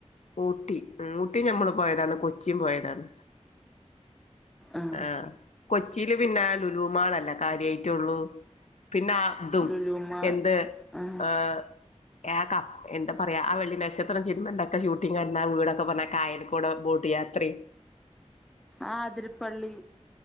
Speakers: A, on the left (about 70°); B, in the centre.
A: ഊട്ടി ഊട്ടിയും ഞമ്മള് പോയതാണ് കൊച്ചിം പോയതാണ്
B: ആ
A: ആഹ് കൊച്ചിയില് പിന്നെ ലുലുമാളല്ല കാര്യായിട്ടള്ളൂ പിന്നെ തും
B: ലുലുമ
A: എന്ത്
B: ആ
A: ആഹ് ഏക എന്താ പറയാ ആഹ് വെള്ളി നക്ഷത്രം സിനിമക്കെ ഷൂട്ടിംഗ് കണ്ടാ വീടൊക്കെ പറഞ്ഞാ കായൽക്കൂട് ബോട്ട് യാത്ര
B: ആഹ് അതിരപ്പള്ളി